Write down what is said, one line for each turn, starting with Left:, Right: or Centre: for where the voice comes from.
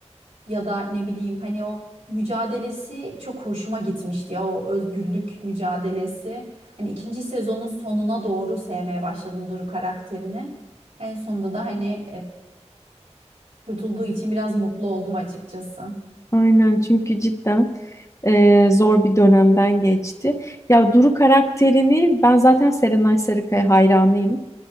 Right: ya da ne bileyim hani o mücadelesi çok hoşuma gitmişti ya o özgürlük mücadelesi. Hani ikinci sezonun sonuna doğru sevmeye başladım Duru karakterini. En sonunda da hani Kurtulduğu için biraz mutlu oldum açıkçası.
Left: Aynen çünkü cidden e, zor bir dönemden geçti. Ya Duru karakterini ben zaten Serenay Sarıkaya hayranıyım.